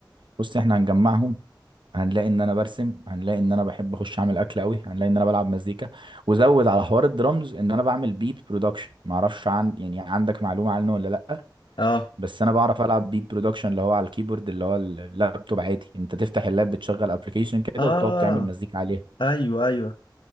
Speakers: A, on the right; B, on the left.
A: بص احنا هنجمعهم هنلاقي ان انا برسم هنلاقي ان انا بحب اخش اعمل اكل قوي هنلاقي ان انا بلعب مزيكا وزود على حوار الدرامز ان انا بعمل بيت برودكشن معرفش عن يعني عندك معلومه عنه ولا لا
B: اه
A: بس انا بعرف العب بيت برودكشن اللي هو على الكيبورد اللي هو اللابتوب عادي انت تفتح اللاب بتشغل ابلكيشن كده
B: اه
A: وبتقعد تعمل مزيكا عليها
B: ايوه ايوه